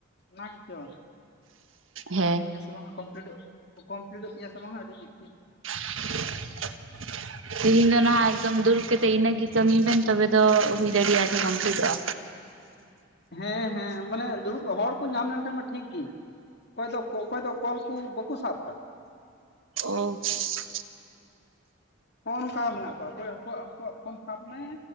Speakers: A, on the left; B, on the right.
A: ᱚᱱᱟ ᱜᱮᱪᱚ
B: ᱦᱮᱸ
A: ᱜᱟᱱᱚᱜ ᱛᱤᱧᱟ ᱥᱮ ᱵᱟᱝ ᱠᱚᱢ ᱞᱤᱰᱳᱜ ᱠᱚᱢᱯᱤᱞᱤᱴᱚᱜ ᱛᱤᱧᱟ ᱥᱮ ᱵᱟᱝ ᱦᱟᱸᱜ ᱟᱰᱤ ᱢᱩᱥᱠᱤᱞ
B: <unintelligible> ᱛᱤᱦᱤᱧ ᱫᱚ ᱱᱟᱦᱟᱜ ᱮᱠᱫᱚᱢ ᱫᱩᱲᱩᱵ ᱠᱟᱛᱮᱜ ᱤᱱᱟᱹ ᱜᱮ ᱠᱟᱹᱢᱤ ᱵᱮᱱ ᱛᱚᱵᱮ ᱫᱚ ᱦᱩᱭ ᱫᱟᱲᱮᱭᱟᱜᱼᱟ ᱡᱮ ᱠᱚᱢᱯᱞᱤᱴᱚᱜᱼᱟ᱾
A: ᱦᱮᱸ ᱦᱮᱸ, ᱢᱟᱱᱮ ᱫᱩᱲᱩᱵ ᱦᱟᱲ ᱠᱚ ᱧᱟᱢ ᱞᱮᱱᱠᱷᱟᱱᱡ ᱢᱟ ᱴᱷᱤᱠᱜᱤ᱾ ᱚᱠᱚᱭ ᱫᱚ ᱚᱠᱚᱭ ᱫᱚ ᱠᱚᱞ ᱠᱩ ᱵᱟᱠᱩ ᱥᱟᱵᱫᱟ᱾
B: <unintelligible>
A: ᱦᱚᱸᱜ-ᱱᱚᱝᱠᱟ ᱢᱮᱱᱟᱜ ᱠᱚᱣᱟ ᱚᱠᱚᱭ ᱚᱠᱚᱣᱟᱜ ᱟᱠᱩᱣᱟᱜ ᱯᱷᱳᱱ ᱥᱟᱵ ᱢᱮ